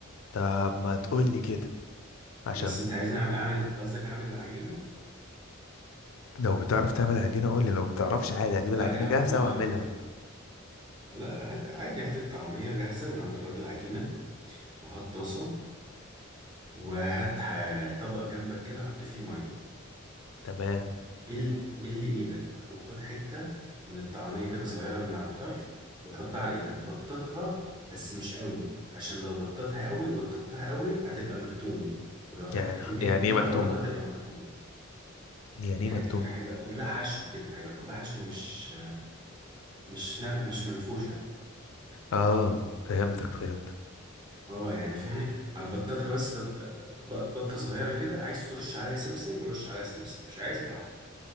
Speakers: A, on the left (about 70°); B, on the right (about 20°).
A: طب ما تقول لي كده عشان
B: بس انت عايزني اعمل اعمل قصدك اعمل العجينة
A: لو بتعرف تعمل عجينه قول لي لو ما بتعرفش عادي هجيب
B: لا
A: العجينه
B: يا عم
A: جاهزه
B: ما
A: واعملها
B: ما, لا هات عادي هات الطعمية جاهزة من عند الراجل عجينة وهات طاسة وهات ح- طبق جنبك كده حط فيه مية
A: تمام
B: بل مم. بل ايدك وخد حتة من الطعمية كده صغيرة من على الطرف وحطها على ايدك بططها بس مش قوي عشان لو بططها قوي بططتها قوي هتبقى مكتومة ولو خدت
A: يعني
B: كمية
A: يعني
B: كبيرة
A: ايه مكتومه
B: برضه هتبقى مكتومة
A: يعني
B: يعني
A: ايه مكتومه
B: في هيبقى كلها حشو كده هيبقى كلها حشو مش مش نا- مش منفوشة
A: اه فهمتك فهمتك
B: اه يعني فهمني هتبططها بس تب... ب- بطة صغيرة كده عايز ترش عليها سمسم رش عليها سمسم مش عايز براحتك